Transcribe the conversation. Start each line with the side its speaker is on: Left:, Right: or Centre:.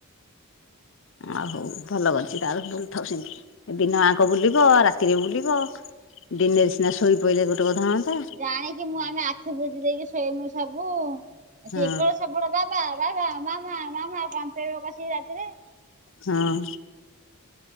Left: ଆଉ ହୋଉ ଭଲ କରଚି ତାର ବୁଲୁଥାଉ ସେମିତି ଏ ଦିନ ଆଁକ
Right: ହଁ।
Left: ବୁଲିବ ରା ରାତିକି ବୁଲିବ ଦିନେରେ ସିନା ଶୋଇ ପଇଲେ ଗୋଟେ କଥା ହନ୍ତା।
Right: ଜାଣିକି ମୁଁ ଆମେ ଆଖି ବୁଜି ଦେଇକି ଶୋଇମୁ ସବୁ ଆ
Left: ହଁ
Right: ସିଏ ଏପଟ ସେପଟ ପା ବାବା ବାବା ମାମା ମାମା କମ୍ପେଇବ କଷିକି ରାତିରେ।
Left: ହଁ।